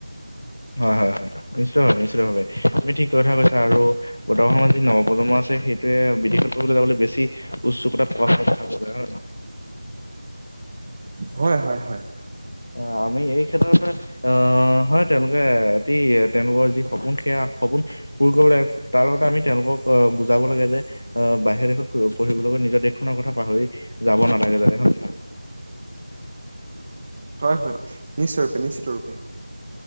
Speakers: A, on the left; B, on the right.
A: হয় হয় হয়। নিশ্চয়ভাৱে নিশ্চিতভাৱে, তুমি ঠিক কথা কৈছা আৰু বৰ্তমান সময়ত যি নৱপ্ৰজন্ম আছে সেইটোয়ে কৃষক বেছি উৎসুকতা প্ৰকাশ পায় যাব কাৰনে হয় নহয়?
B: হয় হয় হয়।
A: অ আমি এই ক্ষেত্ৰতে, অ হয় তেওঁলোকে এটি তেওঁলোকৰ যি সপোন সেয়া সপোন পূৰ কৰিব লাগে, তাৰ লগতে আমি তেওঁলোকক অহ বুজাব লাগে যে আহ বাহিৰ দেশত পঢ়িব গৈ নিজৰ দেশ খনৰ কথা পাহৰি যাব নালাগে জানে হয় নে নহয়?
B: হয় হয়, নিশ্চয় ৰূপে নিশ্চিত ৰূপে।